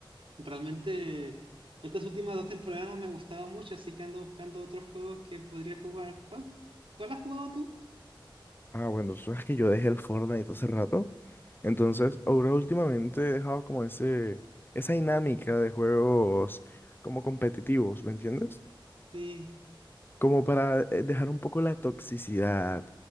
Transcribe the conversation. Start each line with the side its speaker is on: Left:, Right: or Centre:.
Right: realmente estas últimas dos temporadas no me gustaban mucho, así que ando buscando otro juego que podría jugar. ¿Cuál, cuál has jugado tú?
Left: Ah, bueno, tú sabes que yo dejé el Fortnite hace rato. Entonces, ahora últimamente he dejado como ese, esa dinámica de juegos como competitivos, ¿me entiendes?
Right: Sí.
Left: Como para eh, dejar un poco la toxicidad